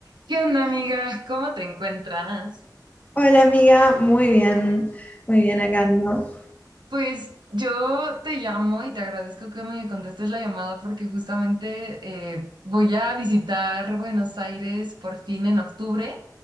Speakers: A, on the right; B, on the left.
A: ¿Qué onda, amiga? ¿Cómo te encuentras?
B: Hola amiga, muy bien, muy bien acá ando.
A: Pues yo te llamo y te agradezco que me contestes la llamada porque justamente eh, voy a visitar Buenos Aires por fin en octubre